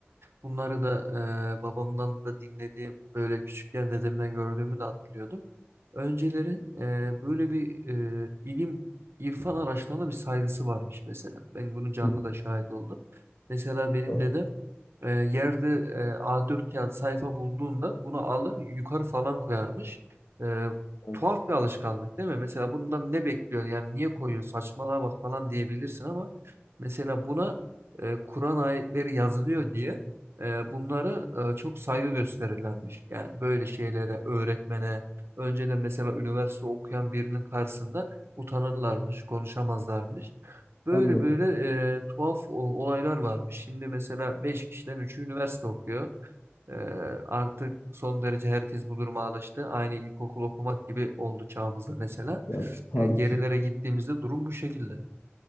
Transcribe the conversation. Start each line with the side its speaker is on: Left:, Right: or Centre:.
Right: Bunları da e, babamdan da dinlediğim böyle küçükken dedemden gördüğümü de hatırlıyordum. Öncelerin e, böyle bir e, ilim irfan araçlarına bir saygısı varmış mesela. Ben bunu canlı
Left: Hı.
Right: da şahit oldum. Mesela benim
Left: Doğru.
Right: dedem e, yerde e, a dört kağıt sayfa bulduğunda bunu alır yukarı falan koyarmış. E,
Left: Evet,
Right: tuhaf bir alışkanlık değil mi? Mesela bundan ne bekliyor? Yani niye koyuyor? Saçmalığa bak falan diyebilirsin ama mesela buna e, Kur'an ayetleri yazılıyor diye e, bunlara e, çok saygı gösterirlermiş. Yani böyle şeylere, öğretmene, önceden mesela üniversite okuyan birinin karşısında utanırlarmış, konuşamazlarmış. Böyle
Left: anladım.
Right: böyle e, tuhaf o- olaylar varmış. Şimdi mesela 5 kişiden üçü üniversite okuyor. E, artık son derece herkes bu duruma alıştı. Aynı ilkokul okumak gibi oldu çağımızda mesela.
Left: Ya tabii
Right: Yani gerilere
Left: ki.
Right: gittiğimizde durum bu şekilde.